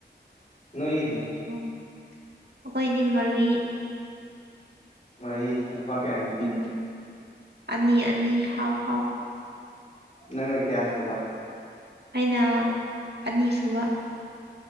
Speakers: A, on the left; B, on the right.
A: ꯅꯣꯏꯒꯤꯗꯤ
B: ꯑꯣ ꯑꯩꯈꯣꯏꯒꯤ ꯃꯔꯤ
A: ꯃꯔꯤ ꯅꯨꯄꯥ ꯀꯌꯥ ꯅꯨ
B: ꯎꯝ ꯑꯅꯤ ꯑꯅꯤ ꯍꯥꯞ ꯍꯥꯞ
A: ꯅꯪꯅ ꯀꯌꯥꯁꯨꯕ
B: ꯑꯩꯅ ꯑꯅꯤꯁꯨꯕ